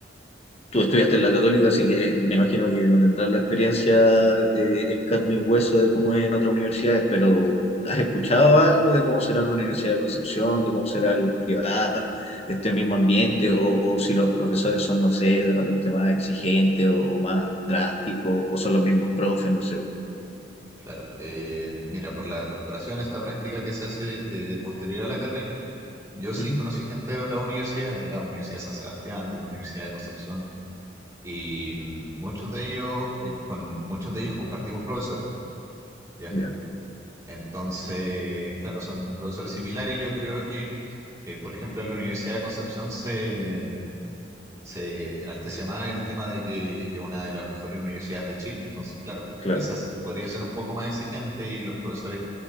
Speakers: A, on the left; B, on the right.
A: tú estudiaste en la Católica, así que me imagino que no tendrás la experiencia eh, en carne y hueso de cómo es en otras universidades, pero ¿has escuchado algo de cómo será la Universidad de Concepción, de cómo serán las privadas, este mismo ambiente, o, o si los profesores son, no sé, de repente más exigentes o, o más drásticos, o son los mismos profes, no sé?
B: Claro, Eh, mira, por la corporación, esta práctica que se hace eh, posterior a la carrera, yo sí
A: Ujú,
B: conocí gente de otras universidades, de la Universidad de San Sebastián, de la Universidad de Concepción, y mm, muchos de ellos, eh, con muchos de ellos compartimos profesores, ¿ya?
A: Ya,
B: Entonces, claro, son profesores similares y yo creo que, eh, por ejemplo, en la Universidad de Concepción se se enaltece más el tema de que es una de las mejores universidades de Chile. Entonces, claro,
A: claro.
B: quizás podría ser un poco más exigente y los profesores